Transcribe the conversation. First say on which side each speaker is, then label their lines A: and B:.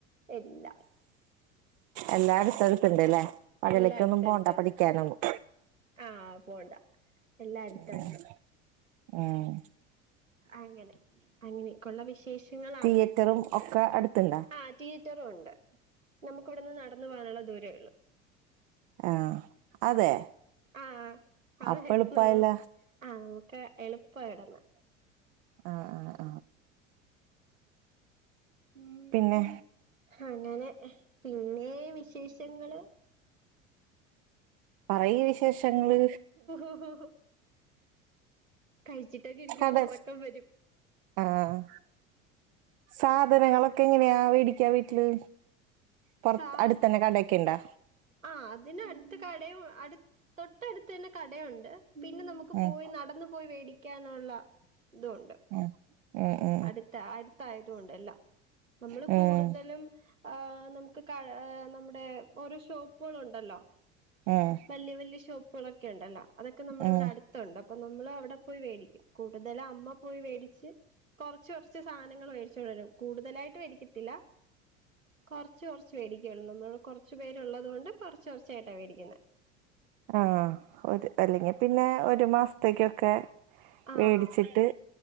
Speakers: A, on the right; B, on the right.
A: എല്ലാം
B: എല്ലാ അടുത്തടുത്തുണ്ട് അല്ലേ അകലക്കൊന്നും
A: എല്ലാം അടുത്തടുത്തുണ്ട്
B: പോണ്ട പഠിക്കാനൊന്നും
A: ആഹ് പോണ്ട എല്ലാം അടുത്തുണ്ട്
B: ആഹ് ഉം
A: അങ്ങനെ അങ്ങനെയൊക്കെയുള്ള വിശേഷങ്ങളാണ്
B: തിയേറ്ററും ഒക്കെ അടുത്തുണ്ടാ
A: ആഹ് റ്റീ റ്ററൂണ്ട് നമുക്ക് ഇവിടെന്ന് നടന്നു പോകാനുള്ള ദൂരേ ഉള്ളു
B: ആഹ് അതെ
A: ആഹ് ആ അതെ
B: അപ്പ എളുപ്പായല്ല
A: നമ്മള് ആഹ് നമുക്ക് എളുപ്പ ഇടന്ന്
B: ആഹ് ആഹ്
A: ഉം
B: പിന്നെ
A: അങ്ങനെ പിന്നേ വിശേഷങ്ങള്
B: പറയ് വിശേഷങ്ങള്
A: <inaudible> കഴിച്ചിട്ടൊക്കെ ഇരിക്കും
B: കട
A: ഒറക്കം വരും
B: ആഹ് സാധനങ്ങളൊക്കെ എങ്ങനെയാ വേടിക്കാ വീട്ടില് പൊറ
A: സാധ
B: അടുത്തന്നെ കടയൊക്കെ ഇണ്ടാ
A: ആഹ് അതിനടുത്ത് കടയും അടു തൊട്ടടുത്ത് തന്നെ കടയുണ്ട് പിന്നെ നമു ക്ക്‌
B: ഉം
A: പോയി നടന്നു പോയി മേടിക്കാനുള്ള ഇതുണ്ട്
B: ഉം ഉം ഉം
A: അടുത്ത അടുത്തായതുകൊണ്ടല്ലാം നമ്മള്
B: ഉം
A: കൂടുതലും ആഹ് നമുക്ക് ക നമ്മുടെ ഓരോ ഷോപ്പുകളുകളൊണ്ടല്ലോ
B: ആഹ്
A: വല്യ വല്യ ഷോപ്പുകളൊക്കെ ഉണ്ടല്ലാ അതൊക്കെ നമ്മുടെവിടടു
B: ഉം
A: ണ്ട് അപ്പൊ നമ്മള് അവിടെ പോയി മേടിക്കും കൂടുതലും അമ്മ പോയി മേടിച്ച് കൊറച്ച് കൊറച്ച് സാധനങ്ങൾ മേടിച്ചു കൊണ്ട് വരും കൂടുതലായിട്ട് മേടിക്കത്തില്ല കൊറച്ച് കൊറച്ച് മേടിക്കയുള്ളൂ നമ്മള് കുറച്ച് പേരുള്ളത് കൊണ്ട് കുറച്ച് കുറച്ചായിട്ടാ മേടിക്കുന്നെ
B: ആഹ് ഒരു അല്ലെങ്കി പിന്നെ ഒരു മാസത്തേക്കൊക്കെ
A: ആഹ്
B: മേടിച്ചിട്ട്